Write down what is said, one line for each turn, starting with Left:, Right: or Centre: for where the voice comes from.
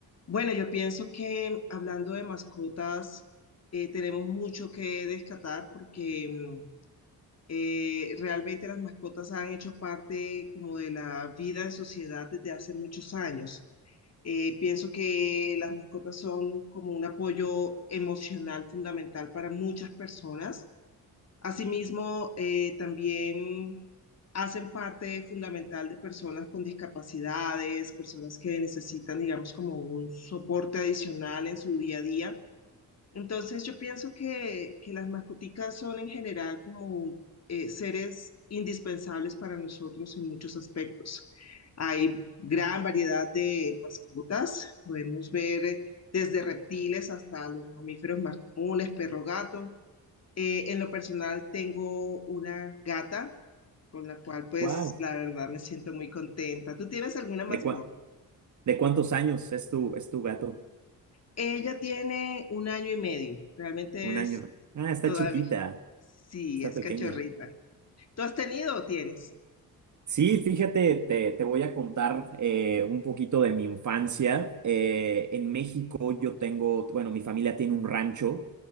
Left: Bueno, yo pienso que hablando de mascotas, eh, tenemos mucho que descatar porque mm, eh, realmente las mascotas han hecho parte como de la vida en sociedad desde hace muchos años. Eh, pienso que las mascotas son como un apoyo emocional fundamental para muchas personas. Asimismo, eh, también hacen parte fundamental de personas con discapacidades, personas que necesitan, digamos, como un soporte adicional en su día a día. Entonces yo pienso que, que las mascoticas son en general como eh, seres indispensables para nosotros en muchos aspectos. Hay gran variedad de mascotas, podemos ver eh, desde reptiles hasta los mamíferos más comunes, perro, gato. Eh, en lo personal tengo una gata con la cual pues
Right: Wow.
Left: la verdad me siento muy contenta. ¿Tú tienes alguna mascota?
Right: ¿De cua- de cuántos años es tu es tu gato?
Left: Ella tiene un año y medio, realmente
Right: Un año.
Left: es
Right: Ah, está
Left: todavía,
Right: chiquita,
Left: sí,
Right: está
Left: es
Right: pequeña.
Left: cachorrita. ¿Tú has tenido o tienes?
Right: Sí, fíjate, te, te voy a contar eh, un poquito de mi infancia. Eh, en México yo tengo, bueno, mi familia tiene un rancho